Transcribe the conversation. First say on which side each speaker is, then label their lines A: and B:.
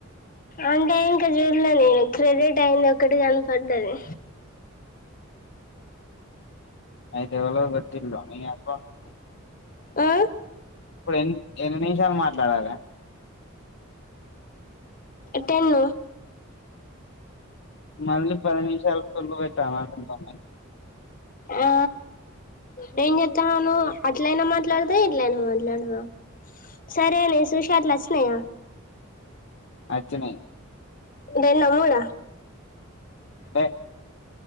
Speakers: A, on the left; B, on the left.
A: అంటే ఇంకా చూడలే నేను క్రెడిట్ అయింది ఒకటి కనపడ్డది
B: అయితే ఎవలో కోటింద్ర నీ అకౌంట్ కీ
A: ఆ
B: ఇప్పుడు ఎ ఎన్ని నిమిషాలు మాట్లాడాలి
A: టెన్
B: మళ్ళీ పది నిమిషాల సోళ్లు పెట్టాల అలోనే
A: ఆ నేం చెతాను అట్లైనా మాట్లాడదా ఇట్లైనా మాట్లాడదా సరేనే సుషాద్లచన్నాయా
B: అచ్చనే
A: రెన్న్న మూడ
B: బ <unintelligible>